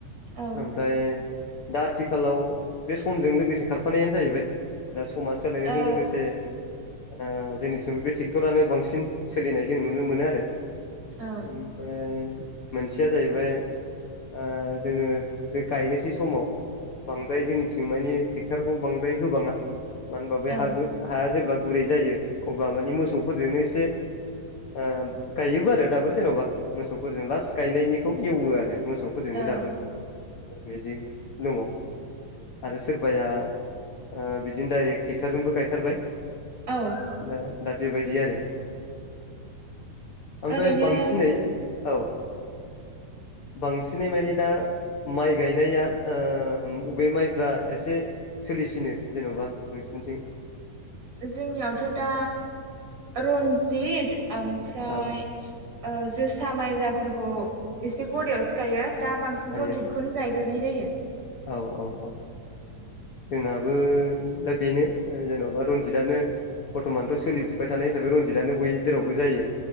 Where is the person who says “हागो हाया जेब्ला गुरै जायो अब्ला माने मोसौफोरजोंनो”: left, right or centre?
Left